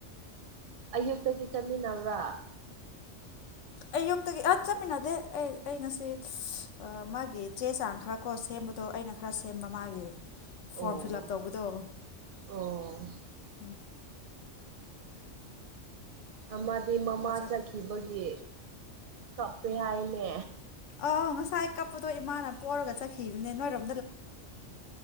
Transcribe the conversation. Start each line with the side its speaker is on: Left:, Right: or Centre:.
Right: ꯑꯌꯨꯛꯇꯒꯤ ꯆꯠꯃꯤꯟꯅꯕ꯭ꯔꯥ
Left: ꯑꯌꯨꯛꯇꯒꯤ ꯑꯥ ꯆꯠꯃꯤꯟꯅꯗꯦ ꯑꯩ ꯑꯩ ꯉꯁꯤ ꯃꯥꯒꯤ ꯆꯦ ꯆꯥꯡ ꯈꯔ ꯀꯣ ꯁꯦꯝꯕꯗꯣ ꯑꯩꯅ ꯈꯔ ꯁꯦꯝꯕ ꯃꯥꯒꯤ
Right: ꯑꯣ
Left: ꯐꯣꯃꯝ ꯐꯤꯜ ꯎꯞ ꯇꯧꯕꯗꯣ
Right: ꯑꯣ
Left: ꯑꯝ
Right: ꯑꯃꯗꯤ ꯃꯃꯥ
Left: ꯋꯥꯆ
Right: ꯆꯠꯈꯤꯕꯒꯤ ꯀꯞꯄꯦ ꯍꯥꯏꯅꯦ
Left: ꯑꯥ ꯉꯁꯥꯏ ꯀꯞꯄꯗꯣ ꯏꯃꯥꯅ ꯄꯣꯛꯔꯒ ꯆꯠꯈꯤꯕꯅꯦ ꯅꯣꯏꯔꯣꯝ